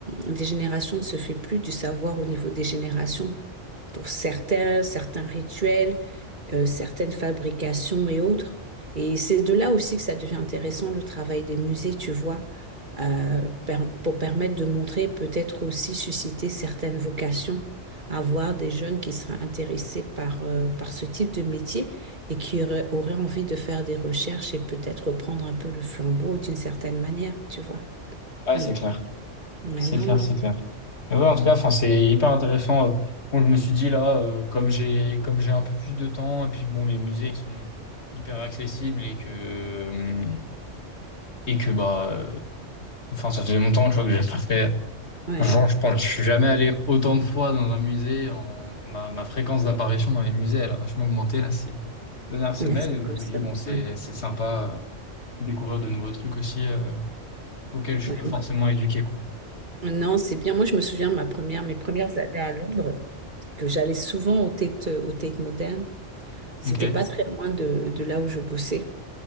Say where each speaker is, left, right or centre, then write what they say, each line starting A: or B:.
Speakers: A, on the right; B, on the left.
A: des générations ne se fait plus du savoir au niveau des générations. Pour certains, certains rituels, euh, certaines fabrications et autres. Et c'est de là aussi que ça devient intéressant, le travail des musées, tu vois, euh, per- pour permettre de montrer, peut-être aussi susciter certaines vocations, avoir des jeunes qui seraient intéressés par, euh, par ce type de métier et qui aurait, aurait envie de faire des recherches et peut-être reprendre un peu le flambeau d'une certaine manière, tu vois.
B: Ouais,
A: Mm.
B: c'est clair.
A: Ouais,
B: C'est
A: non,
B: clair,
A: non.
B: c'est clair. Mais ouais, en tout cas, enfin, c'est hyper intéressant. Euh, Bon, je me suis dit là, euh, comme j'ai comme j'ai un peu plus de temps, et puis bon, les musées, ils sont hyper accessibles et que euh, et que bah euh, enfin ça faisait longtemps tu vois que j'ai pas fait
A: Ouais,
B: genre je pense je suis jamais allé autant de fois dans un musée en ma, ma fréquence d'apparition dans les musées elle a vachement augmenté là ces dernières semaines
A: mais c'est
B: et donc
A: cool
B: je
A: ça.
B: me dis bon c'est
A: Ouais.
B: c'est sympa euh, de découvrir de nouveaux trucs aussi euh, auxquels je
A: Ouais,
B: suis pas
A: moi-
B: forcément éduqué quoi
A: Non, c'est bien. Moi, je me souviens ma première, mes premières années à Londres, que j'allais souvent au Tate, au Tate Modern. C'était
B: Ok. Ouais,
A: pas très loin de, de là où je bossais.